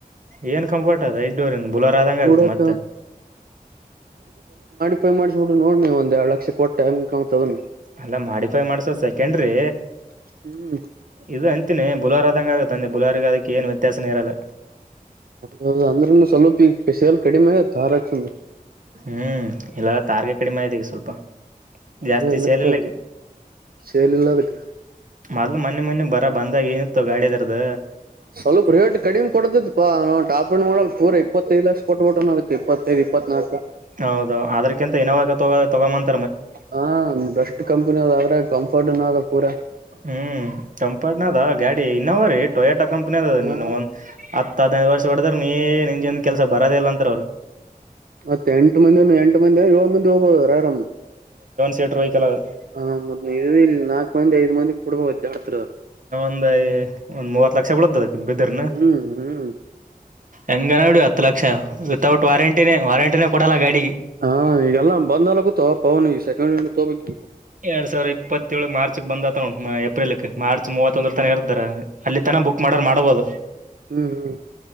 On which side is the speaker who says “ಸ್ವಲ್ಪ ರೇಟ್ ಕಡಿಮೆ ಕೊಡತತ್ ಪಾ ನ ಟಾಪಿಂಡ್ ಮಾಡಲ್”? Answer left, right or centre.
Right